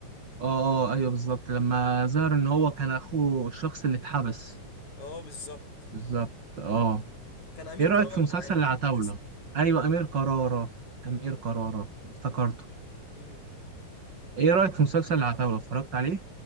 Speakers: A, on the right; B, on the left.
A: اه اه ايوه بالظبط لما ظهر ان هو كان اخوه الشخص اللي اتحبس
B: اه بالظبط
A: بالظبط اه
B: كان امير
A: ايه رأيك
B: كرارة
A: في مسلسل
B: معاه
A: العتاولة
B: بس
A: ايوه امير كرارة امير كرارة افتكرته
B: امم
A: ايه رأيك في مسلسل العتاولة اتفرجت عليه